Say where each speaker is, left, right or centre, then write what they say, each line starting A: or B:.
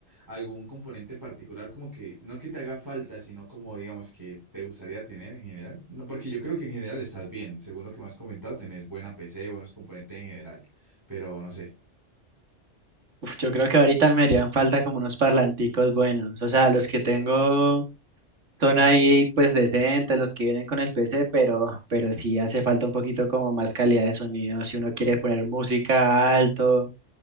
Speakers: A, on the right; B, on the right.
A: algún componente en particular como que, no que te haga falta, sino como digamos que te gustaría tener en general. No, porque yo creo que en general estás bien. Según lo que me has comentado, tenés buena PC, buenos componentes en general. Pero no sé.
B: Uf, yo creo que ahorita me harían falta como unos parlanticos buenos, o sea, los que tengo son ahí pues decentes, los que vienen con el PC, pero, pero sí hace falta un poquito como más calidad de sonido, si uno quiere poner música alto